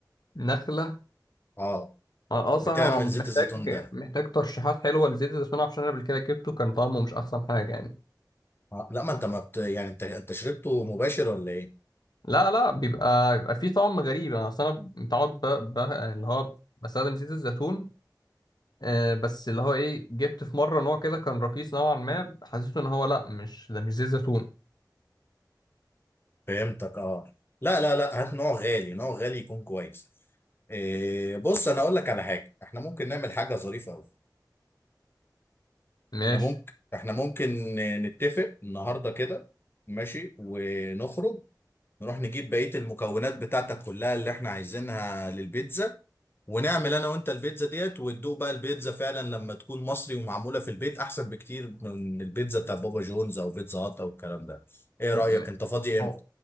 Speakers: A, on the left (about 65°); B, on the left (about 30°).
A: نخلة
B: اه
A: اه آه، صح
B: بتعمل
A: انا محتاج
B: زيت الزيتون ده
A: محتاج ترشيحات حلوة لزيت الزيتون عشان انا قبل كده جبته كان طعمه مش احسن حاجة يعني
B: آه. لا ما انت ما بت... يعني انت انت شربته مباشر ولا ايه
A: لا لا بيبقى بيبقى فيه طعم غريب انا اصل انا متعود ب... ب... اللي هو بستخدم زيت الزيتون آه بس اللي هو ايه جبت في مرة نوع كده كان رخيص نوعا ما حسيته ان هو لا مش ده مش زيت زيتون
B: فهمتك اه لا لا لا هات نوع غالي نوع غالي يكون كويس إيه بص انا اقول لك على حاجه احنا ممكن نعمل حاجه ظريفه قوي
A: ماشي
B: احنا ممكن احنا ممكن نتفق النهارده كده ماشي ونخرج نروح نجيب بقيه المكونات بتاعتك كلها اللي احنا عايزينها للبيتزا ونعمل انا وانت البيتزا ديت وتدوق بقى البيتزا فعلا لما تكون مصري ومعموله في البيت احسن بكتير من البيتزا بتاع بابا جونز او بيتزا هات او الكلام ده ايه
A: م-
B: رايك
A: م-
B: انت فاضي امتى
A: هو